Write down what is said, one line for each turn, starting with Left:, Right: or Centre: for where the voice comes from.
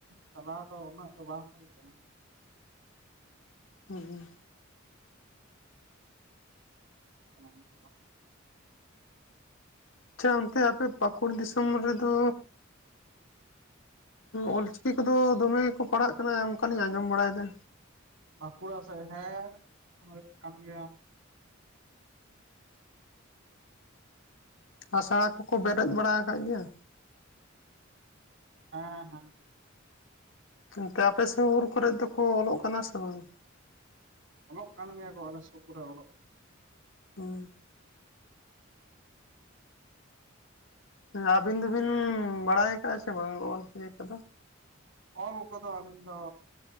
Right: ᱪᱟᱞᱟᱣ ᱫᱚ ᱩᱱᱟᱹᱜ ᱫᱚ ᱵᱟᱝ ᱦᱳᱭ ᱠᱟᱱᱟ᱾
Left: ᱦᱩᱸ ᱦᱩᱸ
Right: <unintelligible>
Left: ᱟᱪᱪᱷᱟ ᱚᱱᱛᱮ ᱟᱯᱮ ᱯᱟᱹᱠᱩᱲ ᱫᱤᱥᱚᱢ ᱨᱮ ᱫᱚᱼᱼ ᱚᱞ ᱪᱤᱠᱤ ᱠᱚ ᱫᱚ ᱫᱚᱢᱮ ᱜᱮ ᱠᱚ ᱯᱟᱲᱦᱟᱜ ᱠᱟᱱᱟ ᱚᱱᱠᱟ ᱞᱤᱧ ᱟᱸᱡᱚᱢ ᱵᱟᱲᱟᱭ ᱮᱫᱟ᱾
Right: ᱵᱟᱸᱠᱩᱲᱟ ᱥᱮᱫ ᱦᱮᱸ ᱦᱳᱭᱳᱜ ᱠᱟᱱ ᱜᱮᱭᱟ᱾
Left: ᱟᱹᱥᱲᱟ ᱠᱚᱠᱚ ᱵᱮᱨᱮᱫ ᱵᱟᱲᱟ ᱟᱠᱟᱫ ᱜᱮᱭᱟ?
Right: ᱦᱮᱸ ᱦᱮᱸ
Left: ᱮᱱᱛᱮ ᱟᱯᱮ ᱥᱩᱨ ᱠᱚᱨᱮᱫ ᱫᱚᱠᱚ ᱚᱞᱚᱜ ᱠᱟᱱᱟ ᱥᱮ ᱵᱟᱝ?
Right: ᱚᱞᱚᱜ ᱠᱟᱱ ᱜᱮᱭᱟ ᱠᱚ ᱟᱞᱮ ᱥᱩᱨ ᱠᱚᱨᱮ ᱚᱞᱚᱜ
Left: ᱦᱮᱸ ᱟᱹᱵᱤᱱ ᱫᱚᱵᱤᱱ ᱵᱟᱲᱟᱭ ᱟᱠᱟᱫᱼᱟ ᱥᱮ ᱵᱟᱝ ᱚᱞ ᱪᱤᱠᱤ ᱠᱚᱫᱚ?
Right: ᱚᱞ ᱠᱚ ᱫᱚ ᱟᱹᱞᱤᱧ ᱫᱚ